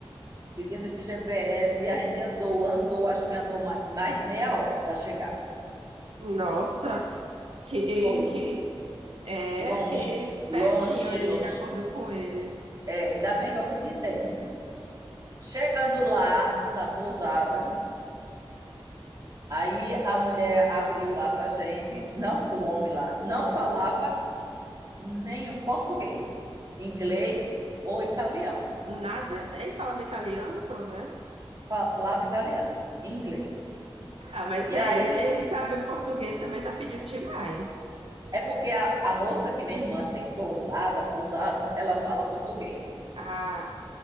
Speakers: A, on the right; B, on the right.
A: Seguindo esse GPS, a gente andou, andou, acho que andou ma- mais de meia hora para chegar.
B: Nossa, que,
A: Foi.
B: que é
A: Longe,
B: que
A: longe,
B: pertinho ele
A: longe.
B: já acordou com eles.
A: É, ainda bem que eu fui de tênis. Chegando lá na pousada, aí a mulher abriu lá para gente, não, o homem lá não falava nenhum português, inglês ou italiano.
B: Nada. Ele falava italiano, pelo menos.
A: Falava italiano, inglês.
B: Ah, mas
A: E
B: é,
A: aí
B: ele, ele sabe português também tá pedindo demais.
A: é porque a, a moça que minha irmã acertou lá da pousada, ela fala português.
B: Ah,